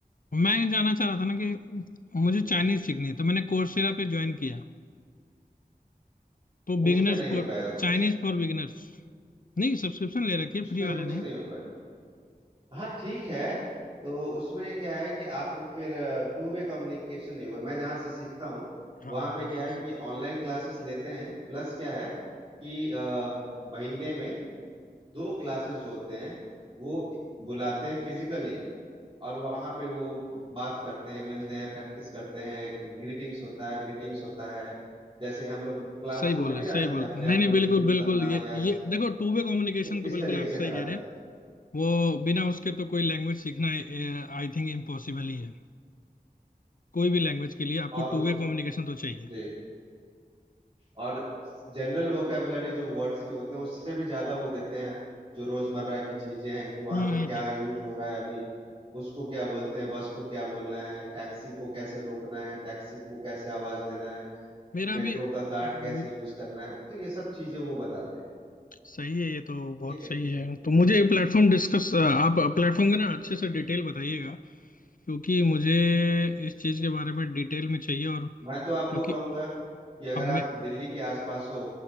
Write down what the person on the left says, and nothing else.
मैं ये जानना चाह रहा था ना कि मुझे
चाइनीज सीखनी है तो मैंने कोर्सेरा पे ज्वाइन किया तो beginners
for
Chinese for beginners नहीं सब्सक्रिप्शन ले रखी है
फ्री
वाले
ने
हाँ
ये-
सही बोले
सही
बोल
नहीं
नहीं
बिल्कुल बिल्कुल
ये
ये देखो टू वे कम्युनिकेशन
तो
बिल्कुल
आप
सही कह रहे हैं
वो बिना उसके तो कोई लैंग्वेज सीखना आई थिंक इम्पॉसिबल ही है कोई भी लैंग्वेज के लिए आपको
टू वे कम्युनिकेशन तो चाहिए
हम्म
हम्म,
हम्म।
मेरा
भी
बिल्कुल
सही है ये तो बहुत
सही है तो मुझे प्लेटफॉर्म डिस्कस आप प्लेटफॉर्म में ना अच्छे से डिटेल बताइएगा क्योंकि मुझे इस चीज के बारे में डिटेल में चाहिए और
क्योंकि
अब मैं